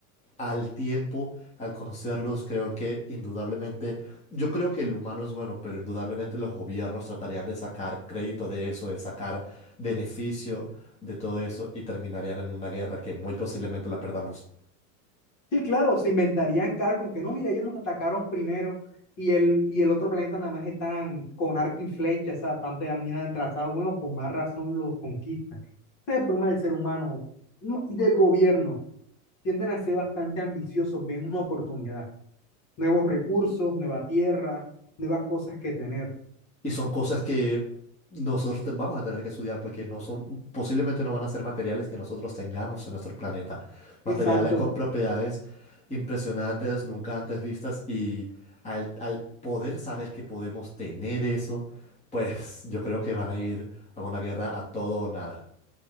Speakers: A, on the left; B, on the left.
A: al tiempo, al conocerlos, creo que indudablemente, yo creo que el humano es bueno, pero indudablemente los gobiernos tratarían de sacar crédito de eso, de sacar beneficio de todo eso y terminarían en una guerra que muy posiblemente la perdamos.
B: Sí, claro, se inventarían carros como que no, mira, ellos nos atacaron primero y el, y el otro planeta nada más están con arco y flecha, o sea, tanto ya miran trazados, bueno, con más razón los conquistan. Ese es el problema del ser humano no, y del gobierno. Tienden a ser bastante ambiciosos, ven una oportunidad, nuevos recursos, nueva tierra, nuevas cosas que tener.
A: Y son cosas que nosotros te- vamos a tener que estudiar porque no son, posiblemente no van a ser materiales que nosotros tengamos en nuestro planeta. Materiales
B: Exacto,
A: con propiedades impresionantes, nunca antes vistas y al, al poder saber que podemos tener eso, pues yo creo que van a ir a una guerra a todo o nada.